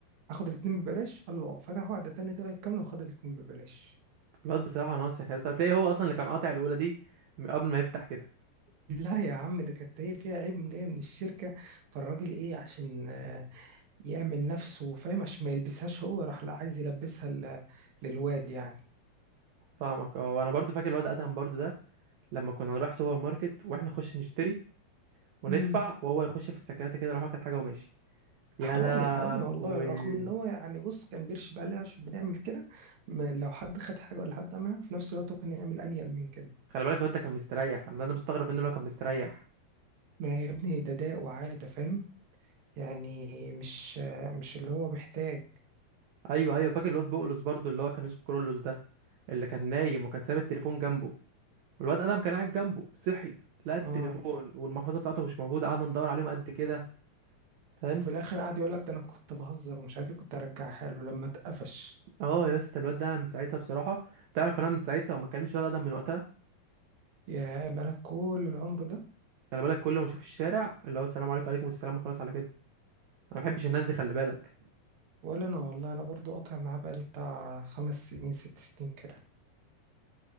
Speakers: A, on the right; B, on the right.
A: اخد الاتنين ببلاش قال له اه فتح واحده تانية طلعت كامله وخد الاتنين ببلاش
B: الواد بصراحة ناصح يا اسطى هتلاقيه هو أصلا اللي كان قاطع الأولى دي من قبل ما يفتح كده
A: لا يا عم ده كانت هي فيها عيب جاي من الشركة فالراجل ايه عشان آه، يعمل نفسه فاهم عشان ما يلبسهاش هو راح لا عايز يلبسها ل- للواد يعني
B: فاهمك اه وأنا برضو فاكر الواد أدهم برضو ده لما كنا نروح سوبر ماركت وإحنا نخش نشتري وندفع
A: امم
B: وهو يخش في السكرات كده يروح واخد حاجة وماشي يا
A: حرامي
B: لهوي
A: حرامي والله رغم ان هو يعني بص كان بيرشد عليها عشان بنعمل كده ما- لو حد خد حاجة ولا حد عملها في نفس الوقت هو كان يعمل انيل من كده
B: خلي بالك الواد ده كان مستريح أنا أنا مستغرب منه اللي هو كان مستريح
A: ما يا ابني ده داء وعادة فاهم يعني مش آه، مش اللي هو محتاج
B: أيوه أيوه فاكر الواد بقولوس برضو اللي هو كان اسمه كرولوس ده اللي كان نايم وكان ساب التليفون جنبه والواد أدهم كان قاعد جنبه صحي لقى التليفون
A: اه
B: والمحفظة بتاعته مش موجودة قعدنا ندور عليهم قد كده فاهم
A: وفي الاخر قعد يقول لك ده انا كنت بهزر ومش عارف ايه كنت ارجعها له لما اتقفش
B: اه يا اسطى الواد ده انا من ساعتها بصراحه تعرف انا من ساعتها وما كلمتش ولا ادم من وقتها
A: يا بقالك كل العمر ده
B: خلي بالك كل ما اشوف الشارع اللي هو السلام عليكم وعليكم السلام وخلاص على كده انا ما بحبش الناس دي خلي بالك
A: ولا انا والله انا برضو قاطع معاه بقالي بتاع خمس سنين ست سنين كده